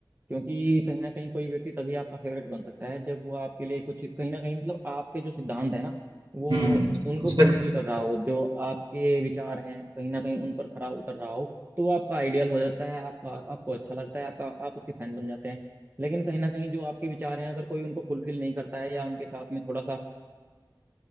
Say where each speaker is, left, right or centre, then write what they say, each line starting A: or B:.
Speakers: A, on the right (about 25°); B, on the right (about 85°).
A: क्योंकि कहीं ना कहीं कोई व्यक्ति तभी आपका फेवरेट बन सकता है जब वो आपके लिए कुछ कहीं ना कहीं मतलब आपके जो सिद्धांत है ना वो
B: हम्म
A: उनको
B: उस
A: फुलफिल
B: पे
A: कर रहा हो जो आपके विचार हैं कहीं ना कहीं उन पर खरा उतर रहा हो तो वो आपका आइडियल हो जाता है आपका आपको अच्छा लगता है आपका आप उसके फैन बन जाते हैं लेकिन कहीं ना कहीं जो आपके विचार हैं अगर कोई उनको फुलफिल नहीं करता है या उनके साथ में थोड़ा सा